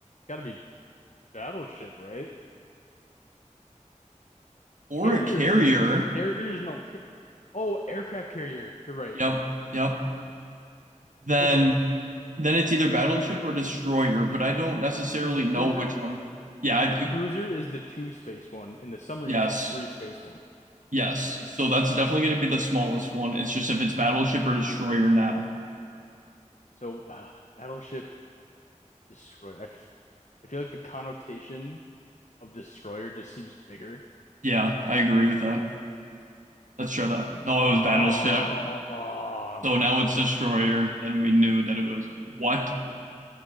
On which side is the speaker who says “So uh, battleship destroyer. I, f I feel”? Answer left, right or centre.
Left